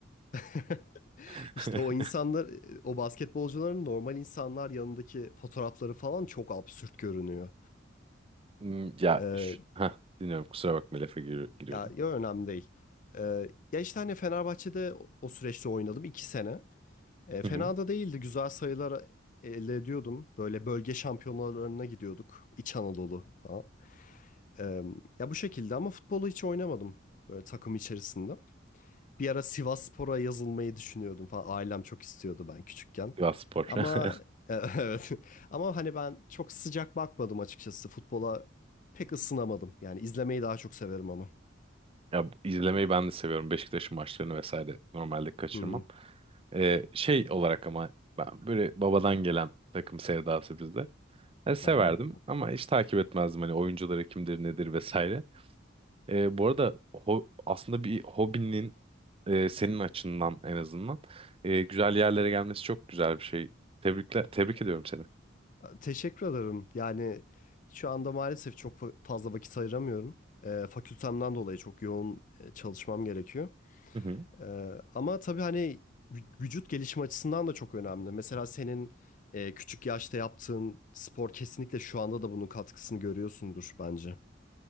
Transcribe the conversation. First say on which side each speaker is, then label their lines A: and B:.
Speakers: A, on the left; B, on the right.
A: <laughs>
B: <laughs>
A: İşte o insanlar, o basketbolcuların normal insanlar yanındaki fotoğrafları falan çok absürt görünüyor.
B: Hmm, Ya
A: Ee,
B: ş- heh, dinliyorum kusura bakma lafa gir- giriyordum.
A: Ya, yo, önemli değil. Ee, ya işte hani Fenerbahçe'de o o süreçte oynadım 2 sene. Ee, fena
B: Hı hı.
A: da değildi. Güzel sayılar elde ediyordum. Böyle bölge şampiyonalarına gidiyorduk. İç Anadolu falan. Ee, ya bu şekilde ama futbolu hiç oynamadım. Böyle takım içerisinde. Bir ara Sivasspor'a yazılmayı düşünüyordum falan. Ailem çok istiyordu ben küçükken.
B: Sivas Spor.
A: Ama
B: <laughs>
A: <laughs> evet. Ama hani ben çok sıcak bakmadım açıkçası. Futbola pek ısınamadım. Yani izlemeyi daha çok severim ama.
B: Ya bu- izlemeyi ben de seviyorum. Beşiktaş'ın maçlarını vesaire normalde kaçırmam.
A: Hı.
B: Ee, şey olarak ama ben böyle babadan gelen takım sevdası bizde. Yani severdim
A: Aha.
B: ama hiç takip etmezdim hani oyuncuları kimdir nedir vesaire. Ee, bu arada ho- aslında bir hobinin e, senin açından en azından e, güzel yerlere gelmesi çok güzel bir şey. Tebrikler, tebrik ediyorum seni.
A: Teşekkür ederim. Yani şu anda maalesef çok fa- fazla vakit ayıramıyorum. Ee, fakültemden dolayı çok yoğun e, çalışmam gerekiyor.
B: Hı hı.
A: Ee, ama tabii hani vü- vücut gelişimi açısından da çok önemli. Mesela senin e, küçük yaşta yaptığın spor kesinlikle şu anda da bunun katkısını görüyorsundur bence.